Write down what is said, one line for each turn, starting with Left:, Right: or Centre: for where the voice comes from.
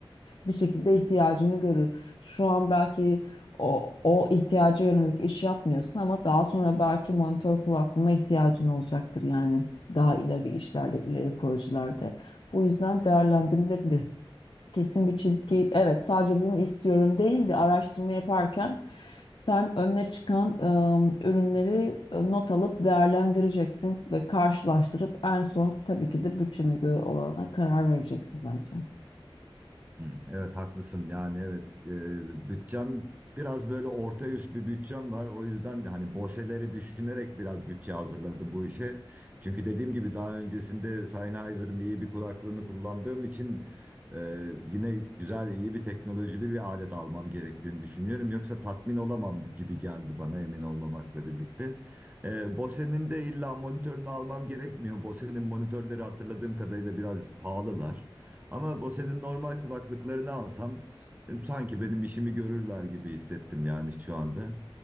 Left: bir şekilde ihtiyacını görür. Şu an belki o, o ihtiyaca yönelik iş yapmıyorsun ama daha sonra belki monitör kulaklığına ihtiyacın olacaktır yani daha ileri işlerle ileri projelerde. Bu yüzden değerlendirilebilir. Kesin bir çizgi, evet sadece bunu istiyorum değil de araştırma yaparken sen önüne çıkan ım, ürünleri e, not alıp değerlendireceksin ve karşılaştırıp en son tabii ki de bütçene göre olana karar vereceksin bence.
Right: Hı, Evet haklısın yani evet e, bütçem biraz böyle orta üst bir bütçem var o yüzden de hani BOSE'leri düşünerek biraz bütçe hazırladım bu işe. Çünkü dediğim gibi daha öncesinde Sennheiser'ın iyi bir kulaklığını kullandığım için e, yine güzel iyi bir teknolojili bir alet almam gerektiğini düşünüyorum. Yoksa tatmin olamam gibi geldi bana emin olmamakla birlikte. E, BOSE'nin de illa monitörünü almam gerekmiyor. BOSE'nin monitörleri hatırladığım kadarıyla biraz pahalılar. Ama bu senin normal kulaklıklarını alsam e, sanki benim işimi görürler gibi hissettim yani şu anda.